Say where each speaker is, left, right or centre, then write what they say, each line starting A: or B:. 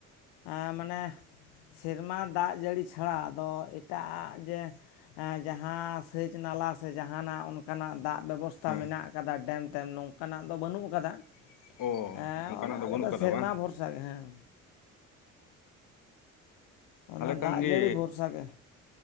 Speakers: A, on the left; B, on the left.
A: ᱮᱸᱻ ᱢᱟᱱᱮ ᱥᱮᱨᱢᱟ ᱫᱟᱜ ᱡᱟᱹᱲᱤ ᱪᱷᱟᱲᱟ ᱟᱫᱚ ᱮᱴᱟᱜᱼᱟᱜ ᱡᱮ ᱡᱟᱦᱟᱸ ᱥᱮᱪ ᱱᱟᱞᱟ ᱥᱮ ᱡᱟᱦᱟᱱᱟᱜ ᱚᱱᱠᱟᱱᱟᱜ ᱫᱟᱜ ᱵᱮᱵᱚᱥᱛᱷᱟ
B: ᱦᱮᱸ
A: ᱢᱮᱱᱟᱜ ᱟᱠᱟᱫᱟ, ᱰᱮᱢ ᱛᱮᱢ ᱱᱚᱝᱠᱟᱱᱟᱜ ᱫᱚ ᱵᱟᱹᱱᱩᱜ ᱟᱠᱟᱫᱟ᱾
B: ᱚ
A: ᱦᱮᱸ
B: ᱚᱱᱠᱟᱱᱟᱜ
A: ᱚᱱᱟ ᱟᱞᱮ
B: ᱵᱟᱹᱱᱩᱜ
A: ᱫᱚ
B: ᱠᱟᱫᱟ
A: ᱥᱮᱨᱢᱟ
B: ᱵᱟᱝ
A: ᱵᱷᱚᱨᱥᱟ ᱜᱮ ᱦᱮᱸ᱾ ᱚᱱᱟ
B: ᱛᱟᱦᱚᱞᱮ ᱠᱷᱟᱱ
A: ᱫᱟᱜ
B: ᱜᱮ
A: ᱡᱟᱹᱲᱤ ᱵᱷᱚᱨᱥᱟ ᱜᱮ